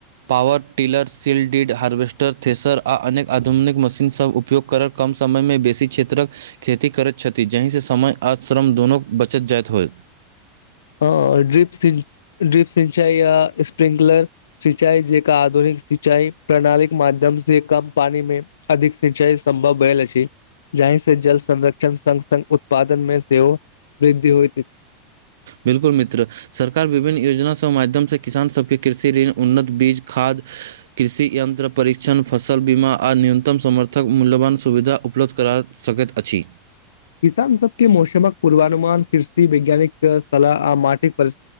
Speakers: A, on the right; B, on the left.
A: पावर टिलर, सील्डीड, हार्वेस्टर थेसर, आओर अनेक आधुनिक मशीनसभ उपयोग करब। कम समय मे बेसी क्षेत्रक। खेती करैत छथि, जहिसँ समय आश्रम दुनू बचत जायइत होय।
B: हँ, ड्रीप ड्रीप सिंचा या स्प्रिंकलर। सिंचाई जेका, आधुनिक सिंचाई, प्रणाली माध्यम से, कम पानी मे। अधिक सिंचा संभव भेल अछी। जहि से जल संरक्षण स स उत्पादन मे सेहो, वृद्धि होई।
A: बिलकुल मित्र! सरकार विभिन्न योजना सभ माध्यम से, किसान सबके कृषि ऋण, उन्नत बीज, खाद्य। कृषि यन्त्र, परीक्षण, फसल बीमा, आ न्यूनतम समर्थक मूल्यवान सुविधा उपलब्ध करात। सकैत अछि।
B: किसान सबके मौसमक पूर्वानुमान, कृषि वैज्ञानिक सलाह, आ माटिक पर।